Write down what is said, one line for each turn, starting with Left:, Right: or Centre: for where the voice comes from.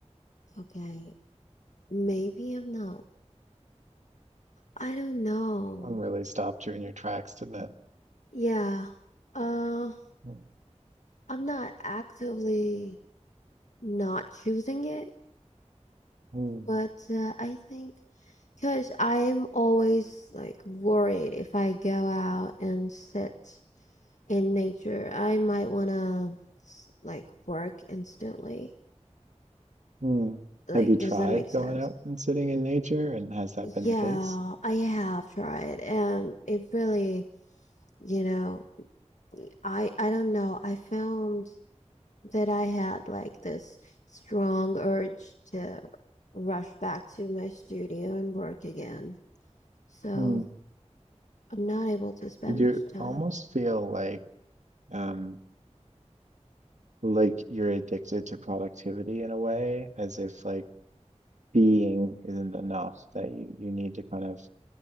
Left: okay. Maybe I'm not. I don't know.
Right: One really stopped you in your tracks, didn't it?
Left: Yeah, uh,
Right: Mm.
Left: I'm not actively not choosing it,
Right: Mm.
Left: but uh, I think because I'm always like worried if I go out and sit in nature, I might want to like work instantly.
Right: Hmm.
Left: Like,
Right: Have you tried
Left: does that make sense?
Right: going out and sitting in nature, and has that been
Left: Yeah,
Right: the case?
Left: I have tried, and it really, you know, I I don't know. I found that I had like this strong urge to rush back to my studio and work again. So
Right: Hmm.
Left: I'm not able to spend
Right: Did you
Left: much time.
Right: almost feel like um like you're addicted to productivity in a way, as if like being isn't enough, that you, you need to kind of